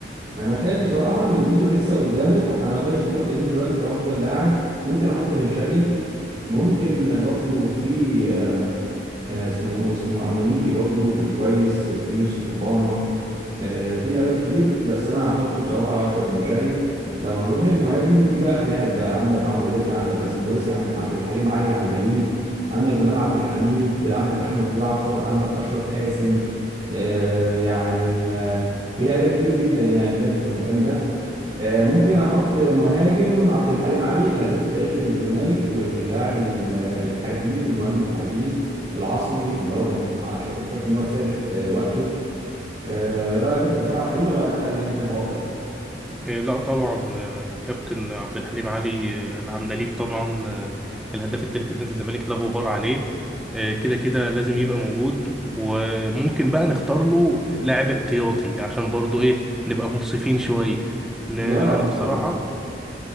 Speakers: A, on the right; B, in the centre.
A: انا شايف بصراحه ان زيزو لسه قدامه فاحنا ما نقدرش نحط زيزو دلوقتي كافضل لاعب ممكن احط بن شرقي ممكن برضو في آه، آه، اسمه اسمه امونيكي برضو كان كويس في يوسف اوباما آه، في لعيبه كتير بس انا هحط بصراحه اشرف بن شرقي لو هنروح للمهاجم في بقى خناقات بقى عندك عمرو زكي عندك باسم مرسي عندك عبد الحليم علي العندليب عندك جمال عبد الحميد عندك احمد جعفر عندك اشرف قاسم آه، يعني آه، في لعيبه كتير جدا يعني لعبوا في المكان ده آه، ممكن احط مهاجم عبد الحليم علي الهداف التاريخي للزمالك واللاعب ال- الحريف المهاجم الحريف العصري اللي هو كان عشان كنت شايف ان هو سابق آه، وقته آه، رايك انت تختار عبد الحليم ولا لك حد تاني تحبه اكتر
B: آه، لا طبعا آه، كابتن عبد الحليم علي آه، العندليب طبعا آه، الهداف التاريخي لنادي الزمالك لا غبار عليه آه، كده كده لازم يبقى موجود وممكن بقى نختار له لاعب احتياطي عشان برضو ايه نبقى منصفين شوية ن- انا
A: جمال عبد الحميد
B: بصراحة